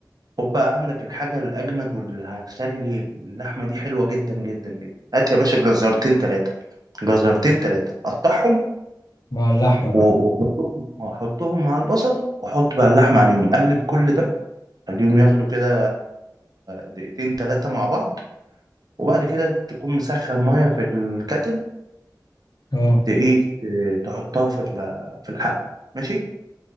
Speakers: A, on the right (about 60°); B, on the left (about 60°).
A: خد بقى عندك الحاجة الأجمد واللي هتخلي اللحمة دي حلوة جدا جدا جدا هات يا باشا جزرتين تلاتة جزرتين تلاتة قطعهم
B: مع اللحمه
A: و-
B: بقى
A: وحطهم وحطهم مع البصل وحط بقى اللحمة عليهم قلب كل ده خليهم ياخدوا كده دقيقتين تلاتة مع بعض وبعد كده تكون مسخن مية في الكتل
B: اه
A: ت- ايه ت- تحطها في ال- في الحل ماشي